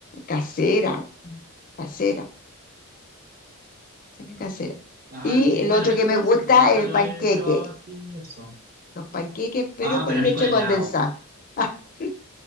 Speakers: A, on the left; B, on the right.
A: casera. Casera. casera casera.
B: Ah,
A: Y
B: sí,
A: el
B: bueno,
A: otro
B: eso
A: que me
B: puede
A: gusta
B: ser porque nunca
A: es el
B: lo
A: panqueque.
B: he probado así, eso.
A: Los panqueques, pero
B: Ah,
A: con
B: pero a
A: leche
B: mí con helado.
A: condensada. <laughs>